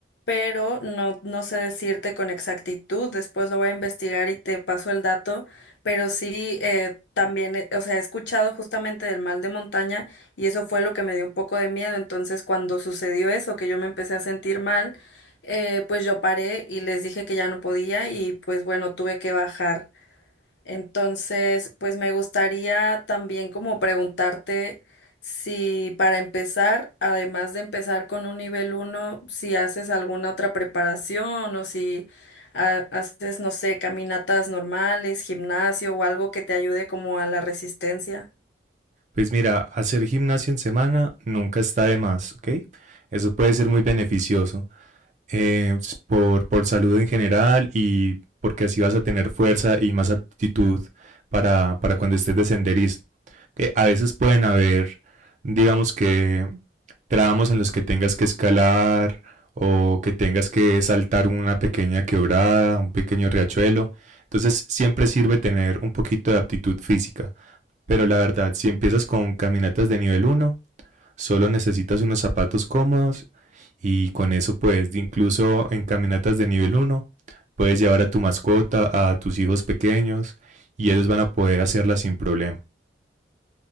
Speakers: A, on the left (about 75°); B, on the right (about 40°).
A: pero no, no sé decirte con exactitud. Después lo voy a investigar y te paso el dato, pero sí eh, también, eh, o sea, he escuchado justamente del mal de montaña y eso fue lo que me dio un poco de miedo. Entonces, cuando sucedió eso, que yo me empecé a sentir mal, eh, pues yo paré y les dije que ya no podía y pues bueno, tuve que bajar. Entonces, pues me gustaría también como preguntarte si para empezar, además de empezar con un nivel uno, si haces alguna otra preparación o si ha- haces, no sé, caminatas normales, gimnasio o algo que te ayude como a la resistencia.
B: Pues mira, hacer gimnasio en semana nunca está de más, ¿ok? Eso puede ser muy beneficioso. eh, por, por salud en general y porque así vas a tener fuerza y más aptitud para, para cuando estés de senderismo. Eh, a veces pueden haber, digamos que, tramos en los que tengas que escalar o que tengas que saltar una pequeña quebrada, un pequeño riachuelo. Entonces siempre sirve tener un poquito de aptitud física. Pero la verdad, si empiezas con caminatas de nivel uno solo necesitas unos zapatos cómodos y con eso pues incluso en caminatas de nivel uno puedes llevar a tu mascota, a tus hijos pequeños y ellos van a poder hacerla sin problema.